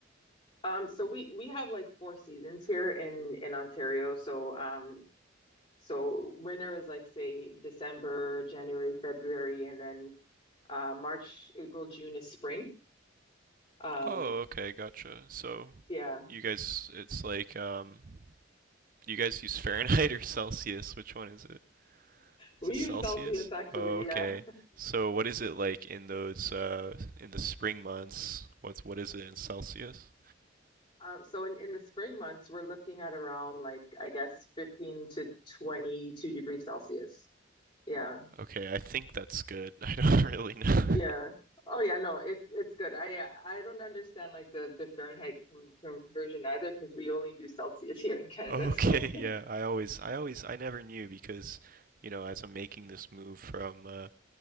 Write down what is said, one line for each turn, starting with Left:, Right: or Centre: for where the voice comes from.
Left: Um, so we we have like four seasons here in in Ontario. So um, so winter is like say December, January, February, and then uh March, April, June is spring. Um,
Right: Oh, okay, gotcha. So,
Left: yeah.
Right: you guys, it's like, um, you guys use <laughs> Fahrenheit or Celsius? Which one is it?
Left: We
Right: Is it
Left: use
Right: Celsius?
Left: Celsius actually,
Right: Oh, okay.
Left: yeah.
Right: So, what is it like in those, uh, in the spring months? What's, what is it in Celsius?
Left: Um, so in, in the spring months, we're looking at around like I guess 15 to 22 degrees Celsius. Yeah.
Right: Okay, I think that's good. <laughs> I don't really know.
Left: Yeah.
Right: <laughs>
Left: Oh yeah, no, it's it's good. I yeah, I don't understand like the the Fahrenheit com conversion either because we only do Celsius here in Canada.
Right: Okay,
Left: So
Right: <laughs> yeah, I always, I always, I never knew because, you know, as I'm making this move from, uh,